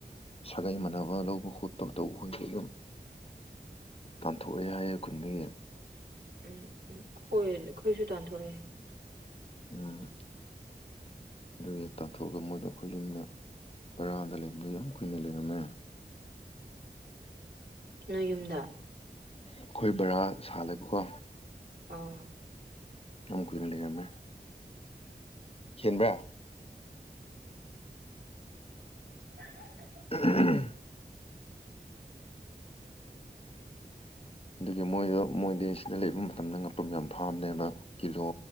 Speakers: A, on the left (about 35°); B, on the right (about 90°).
A: ꯁꯥꯒꯩ ꯃꯥꯟꯅꯕ ꯂꯧꯕ ꯈꯣꯠꯄ ꯇꯧꯕ ꯈꯣꯠꯄꯗꯣ ꯇꯥꯟꯊꯣꯛꯑꯦ ꯍꯥꯏꯌꯦ ꯈꯨꯟꯗꯒꯤ
B: ꯎꯝ ꯎꯝ ꯍꯣꯏ ꯑꯩꯈꯣꯏꯁꯨ ꯇꯥꯟꯊꯣꯛꯑꯦ
A: ꯎꯝ ꯑꯗꯨꯒꯤ ꯇꯥꯟꯊꯣꯛꯑꯒ ꯃꯣꯏꯗꯣ ꯑꯩꯈꯣꯏ ꯌꯨꯝꯗ ꯕꯔꯥꯗ ꯂꯩꯕꯗꯣ ꯌꯥꯝ ꯀꯨꯏꯅ ꯂꯩꯔꯝꯃꯦ
B: ꯅꯣꯏ ꯌꯨꯝꯗ
A: ꯑꯩꯈꯣꯏ ꯕꯔꯥ ꯁꯥꯜꯂꯦꯕꯀꯣ
B: ꯑꯥ
A: ꯌꯥꯝ ꯀꯨꯏꯅ ꯂꯩꯔꯝꯃꯦ ꯆꯤꯟꯕ꯭ꯔꯥ
B: <unintelligible>
A: ꯑꯍꯝ ꯑꯗꯨꯒꯤ ꯃꯣꯏꯗꯣ ꯃꯣꯏꯗꯤ ꯁꯤꯗ ꯂꯩꯕ ꯃꯇꯝꯗ ꯉꯥꯄꯨꯝ ꯌꯥꯝ ꯐꯥꯕꯅꯦꯕ ꯀꯤꯂꯣ